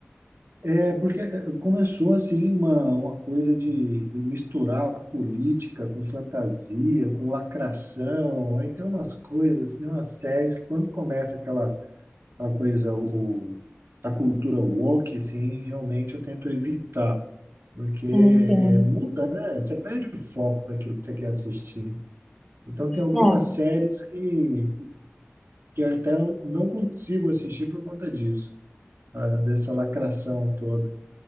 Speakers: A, on the right (about 65°); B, in the centre.
A: É, porque é, começou assim uma, uma coisa de misturar política com fantasia, com lacração, aí tem umas coisas, assim, umas séries, que quando começa aquela, aquela coisa, o, a cultura woke, assim, realmente eu tento evitar, porque é,
B: Eu entendo.
A: é, muda, né? Você perde o foco daquilo que você quer assistir. Então tem algumas
B: É,
A: séries que, que, que até eu não consigo assistir por conta disso, ah, dessa lacração toda.